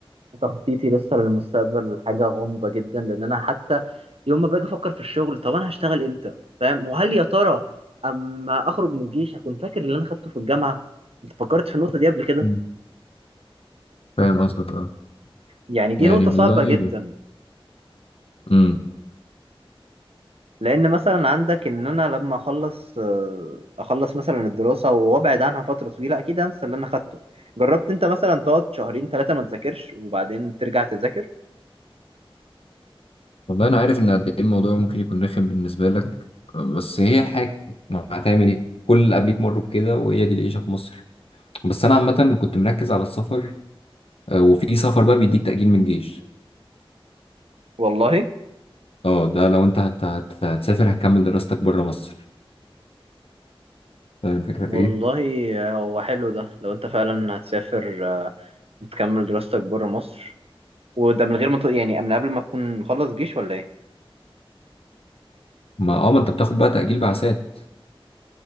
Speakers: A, on the right; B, on the left.
A: تخطيطي لسه للمستقبل حاجة غامضة جدا لأن أنا حتى يوم ما باجي أفكر في الشغل طب أنا هشتغل إمتى فاهم وهل يا ترى أما أخرج من الجيش هكون فاكر اللي أنا خدته في الجامعة أنت فكرت في النقطة دي قبل كده
B: مم. فاهم قصدك اه
A: يعني دي
B: يعني
A: نقطة
B: والله
A: صعبة جدا
B: امم
A: لأن مثلا عندك إن أنا لما أخلص آه، أخلص مثلا الدراسة وأبعد عنها فترة طويلة أكيد أنسى اللي أنا خدته جربت أنت مثلا تقعد شهرين ثلاثة ما تذاكرش وبعدين ترجع تذاكر
B: والله انا عارف ان قد ايه الموضوع ممكن يكون رخم بالنسبه لك بس هي الحاجه ما هتعمل ايه كل اللي قبليك مروا بكده وهي دي العيشه في مصر بس انا عامه كنت مركز على السفر آه، وفي سفر بقى بيديك تاجيل من الجيش
A: والله
B: اه ده لو انت هت... هت... هتسافر هتكمل دراستك بره مصر طيب الفكرة
A: والله
B: في إيه؟
A: هو حلو ده لو انت فعلا هتسافر آه، وتكمل دراستك بره مصر وده من غير ما ت- يعني من قبل ما تكون مخلص جيش ولا ايه
B: ما أه ما أنت بتاخد بقى تأجيل بعثات